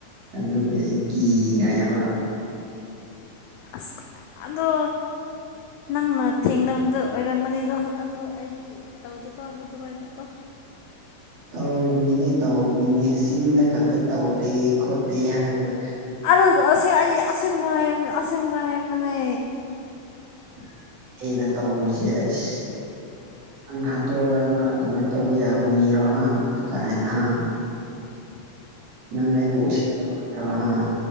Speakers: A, on the right; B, on the left.
A: ꯑꯗꯨꯒꯤ ꯑꯩ ꯀꯤꯈ꯭ꯔꯦꯕ꯫
B: ꯑꯁ ꯑꯗꯣ ꯅꯪꯅ ꯊꯦꯡꯅꯕꯗ ꯑꯣꯏꯔꯝꯒꯅꯤꯀꯣ ꯑꯗꯣ ꯑꯩꯗꯤ ꯇꯧꯗꯦꯀꯣ ꯑꯗꯨꯃꯥꯏꯅꯀꯣ
A: ꯇꯧꯕꯅꯤꯅꯦ ꯇꯧꯕꯅꯤꯅꯦ ꯆꯤꯡꯗ ꯈꯛꯇ ꯇꯧꯗꯦ ꯈꯣꯠꯇꯦ ꯍꯥꯏꯔꯒꯗ
B: ꯑꯗꯨꯗꯣ ꯑꯁꯦ ꯑꯩꯗꯤ ꯑꯁꯦꯝꯕ ꯍꯥꯏ ꯑꯁꯦꯡꯕ ꯍꯥꯏꯕꯅꯦ
A: <inaudible> ꯍꯦꯟꯅ ꯇꯧꯔꯤꯁꯦ ꯑꯁ ꯅꯪ ꯍꯥꯠꯇꯣꯛꯑꯣꯔ ꯅꯪ ꯑꯗꯨꯃꯥꯏꯅ ꯇꯧꯕ ꯌꯥꯕ ꯃꯤꯔꯣ ꯍꯥ ꯀꯀꯥꯏꯅ ꯍꯥ
B: <inaudible>
A: ꯅꯪ ꯑꯩꯕꯨ ꯎꯁꯤꯠꯇꯕꯗꯣ ꯍꯥ